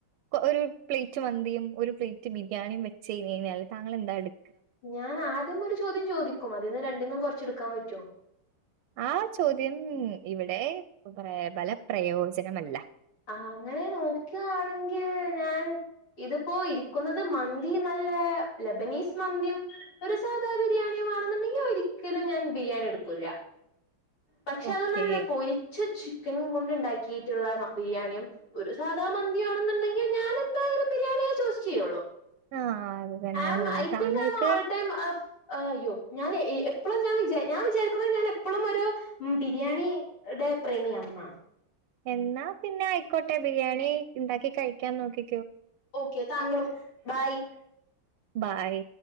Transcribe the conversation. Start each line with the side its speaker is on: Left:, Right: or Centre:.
Right: ഒരു പ്ലേറ്റ് മന്തിയും ഒരു പ്ലേറ്റ് ബിരിയാണിയും വെച്ച് കഴിഞ്ഞാല് താങ്കൾ എന്താ എടു
Left: ഞാൻ ആ ആദ്യം ഒരു ചോദ്യം ചോദിക്കും അതിൽന്ന് രണ്ടിന്നും കുറച്ചെടുക്കാൻ പറ്റോ
Right: ആ ചോദ്യം ഇവിടെ ഫലപ്രയോജനമല്ല
Left: ആ അങ്ങനെ നോക്കുകയാണെങ്കിൽ ഞാൻ ഇതിപ്പോ ഇരിക്കുന്നത് മന്തിയും അല്ല ലബനീസ് മന്തിയും ഒരു സാധാ ബിരിയാണിയും ആണെന്നുണ്ടെങ്കിൽ ഒരിക്കലും ഞാൻ ബിരിയാണി എടുക്കൂല്ല പക്ഷെ
Right: ഓക്കേ.
Left: അത് നല്ല പൊരിച്ച ചിക്കനും കൊണ്ട് ഉണ്ടാക്കി യിട്ടുള്ള ബിരിയാണിയും ഒരു സാധാ മന്തിയാണെന്നുണ്ടെങ്കിൽ ഞാൻ നെന്തായാലും ബിരിയാണിയ ചൂസ് ചെയ്യുള്ളൂ
Right: ആഹ് അത് തന്നെ
Left: ആം
Right: അത് തന്നെ.
Left: ഐതിങ്ക്
Right: താങ്കൾക്ക്
Left: ആം എ ഓൾ ടൈം അ അയ്യോ ഞാൻ എപ്പളും ഞാൻ വിചാ ഞാൻ വിചാരിക്കുന്നത് ഞാൻ എപ്പളും ഒരു ഉം ബിരിയാണി ഡേ പ്രേമിയാണെന്നാണ്
Right: എന്നാ പിന്നെ ആയിക്കോട്ടെ ബിരിയാണി ഉണ്ടാക്കി കഴിക്കാൻ നോക്കി
Left: ഓക്കെ താങ്കളും ബായ്
Right: ബായ്